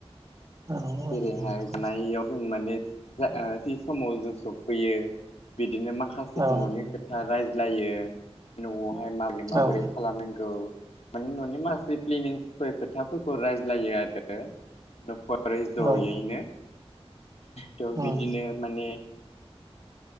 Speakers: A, on the right (about 30°); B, on the left (about 75°).
A: औ
B: जेरै
A: नोंथां
B: हानायाव जों माने दा ओ थि समाव जों सफैयो बि। बिदिनो माखासे
A: औ
B: ननि खोथा राय। लायो न'आव। ओमफ्राय माबोरै माबोरै
A: औ
B: खालामनांगौ। माने न'नि माखासे प्लेनिंसफोर खोथा। खौ रायज्लायो आरो न'खर। ओरै जयैनो।
A: औ
B: थ
A: उम
B: बिदिनो माने।